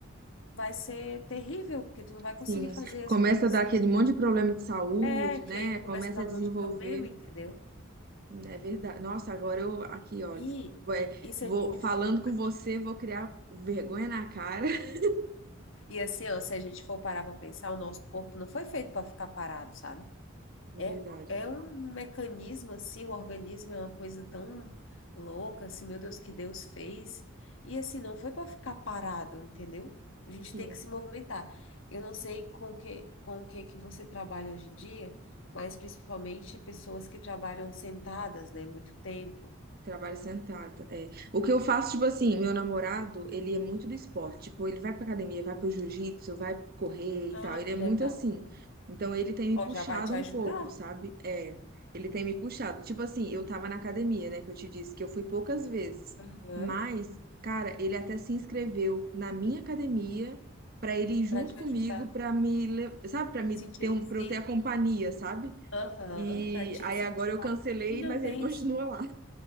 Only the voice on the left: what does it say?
vai ser terrível, porque tu não vai conseguir
fazer as
coisas
que
é, que
aí começa
a dar
um
monte de problema, entendeu?
E,
e se
a gente
for
E assim, ó, se a gente for parar para pensar, o nosso corpo não foi feito para ficar parado, sabe?
É,
é um mecanismo assim, o organismo é uma coisa tão louca, assim, meu Deus, que Deus fez. E assim, não foi para ficar parado, entendeu? A gente
tem que se movimentar. Eu não sei com que, com o que que você trabalha hoje em dia, mas principalmente pessoas que trabalham sentadas, né, muito tempo.
Ah,
que
legal.
Ó,
já vai te
ajudar.
Aham.
Para te
ajudar.
Sentir,
se
Aham,
para te
incentivar.
E não
tens,